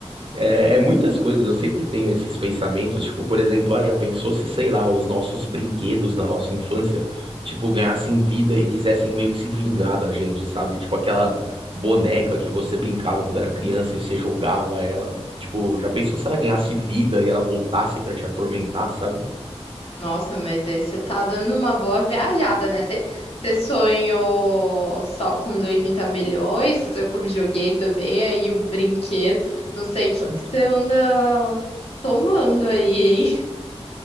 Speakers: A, on the right; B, on the left.
A: É, é muitas coisas, eu sempre tenho esses pensamentos, tipo, por exemplo, ah, já pensou se, sei lá, os nossos brinquedos na nossa infância, tipo, ganhassem vida e quisessem meio que se vingar da gente, sabe? Tipo, aquela boneca que você brincava quando era criança e você jogava ela. Tipo, já pensou se ela ganhasse vida e ela voltasse pra te atormentar, sabe?
B: Nossa, mas aí você tá dando uma boa viajada, né? Você, você sonhou só com os 80 milhões, você sonhou com videogame também, aí o brinquedo, não sei o que
A: É.
B: que você anda tomando aí, hein?